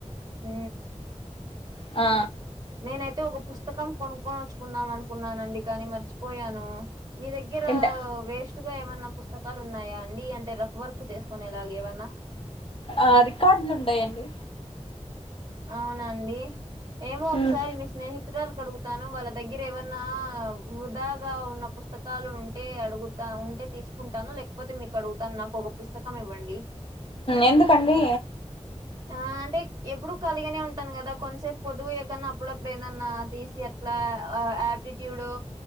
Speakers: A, on the right; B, on the left.
A: హ
B: ఆ
A: నేనైతే ఒక పుస్తకం కొనుక్కొనచ్చుకుందాం అనుకున్నానండి కానీ మర్చిపోయాను మీ దగ్గర
B: ఎంత
A: వేస్ట్ గా ఏమన్నా పుస్తకాలు పుస్తకాలు ఉన్నాయా అండి అంటే రఫ్ వర్క్ చేసుకునేలాగ ఏవన్నా
B: ఆ రికార్డులు ఉండయి అండి
A: అవునండి ఏమో ఒకసారి
B: మ్మ్
A: మీ స్నేహితురాలు కు అడుగుతాను వాళ్ళ దగ్గర ఏమన్నా వృధాగా ఉన్న పుస్తకాలు ఉంటే అడుగుతా ఉంటే తీసుకు తీసుకుంటాను లేకపోతే మీకు అడుగుతాను నాకు ఒక పుస్తకం ఇవ్వండి
B: ఎందుకండి
A: ఆ అంటే ఎప్పుడు కాలిగనే ఉంటాను కదా కొంసేపు పొద్దు పోయే కన్నా అప్పుడప్పుడు ఏదన్నా తీసి అట్లా యాప్ అప్టిట్యూడ్డో